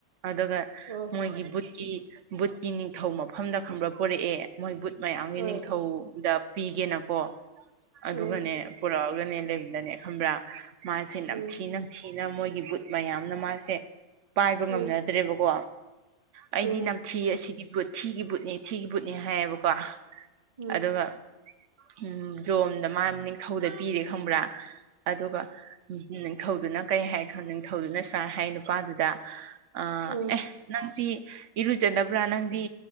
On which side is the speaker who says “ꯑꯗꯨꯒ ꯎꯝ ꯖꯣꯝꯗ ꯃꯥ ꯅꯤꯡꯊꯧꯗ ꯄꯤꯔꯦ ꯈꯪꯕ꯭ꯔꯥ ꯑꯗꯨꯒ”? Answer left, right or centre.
Right